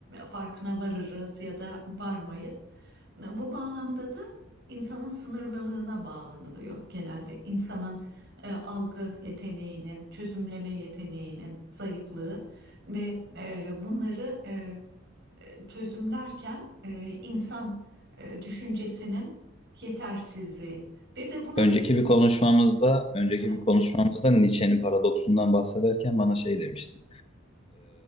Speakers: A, on the right; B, on the left.
A: Farkına varırız ya da varmayız. Bu bağlamda da insanın sınırlılığına bağlanılıyor genelde. İnsanın e, algı yeteneğinin, çözümleme yeteneğinin zayıflığı ve e, bunları e, çözümlerken e, insan e, düşüncesinin yetersizliği. Bir de buna
B: Önceki
A: şey...
B: bir konuşmamızda, önceki
A: Ha,
B: bir konuşmamızda Nietzsche'nin paradoksundan bahsederken bana şey demiştin.